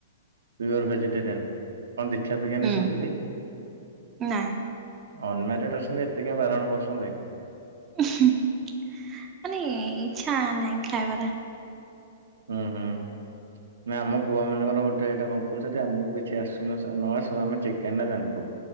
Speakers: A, on the right; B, on the right.
A: ପିଓର ଭେଜିଟେରିଆନ୍ କଣ ଦୀକ୍ଷା ଫିକ୍ଷା ନେଇଛନ୍ତି
B: ହୁଁ
A: କି?
B: ନାଇଁ
A: ଅନ୍ ମ୍ୟାରେଡ ଅଛନ୍ତି ଏତେ କାଇଁ ବାରଣ କରୁଛନ୍ତି।
B: ଉହୁଁ ମାନେ ଇଚ୍ଛା ନାହିଁ ଖାଇବାରେ।
A: ହୁଁ ହୁଁ। ନାଇଁ ଆମ ପୁଅ ମାନଙ୍କର ଗୋଟେ ଏଇଟା କମ୍ପଲ୍ସରି। ଆମକୁ କିଛି ଆସୁ ନ ଆସୁ ଆମେ ଚିକେନ ଟା ରାନ୍ଧିଦବୁ।